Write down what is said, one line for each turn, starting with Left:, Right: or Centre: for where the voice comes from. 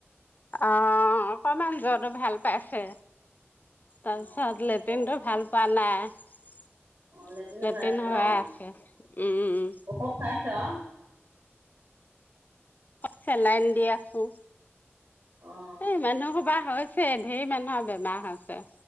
Left: অঁ! অকমান জ্বৰটো ভাল পাইছে। তাৰপিছত
Right: অ',
Left: লেট্ৰিনটো ভাল পোৱা নাই।
Right: অ', লেটিনো
Left: লেট্ৰিন
Right: আছে
Left: হৈ
Right: ন'?
Left: আছে। উম!
Right: ঔষধ খোৱাইছ?
Left: চেলাইন দি আছোঁ।
Right: অ',
Left: এই মানুহ <unintelligible> হৈছে, ধেৰ মানুহৰ বেমাৰ হৈছে।